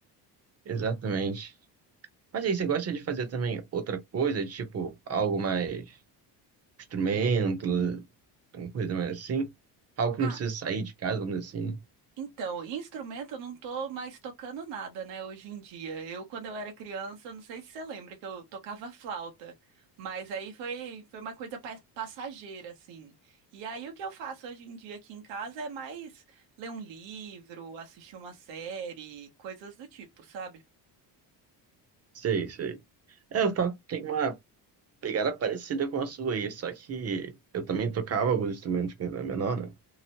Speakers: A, on the right (about 35°); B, on the right (about 85°).
A: Exatamente. Mas aí, você gosta de fazer também outra coisa, tipo algo mais instrumento, alguma coisa mais assim? Algo que
B: Ah,
A: não precisa sair de casa, vamos dizer assim, né?
B: Então, instrumento eu não tô mais tocando nada, né, hoje em dia. Eu, quando eu era criança, não sei se você lembra que eu tocava flauta, mas aí foi, foi uma coisa pa- passageira, assim. E aí o que eu faço hoje em dia aqui em casa é mais ler um livro, assistir uma série, coisas do tipo, sabe?
A: Sei, sei. É, eu toco, tem uma pegada parecida com a sua aí, só que eu também tocava alguns instrumentos quando era menor, né?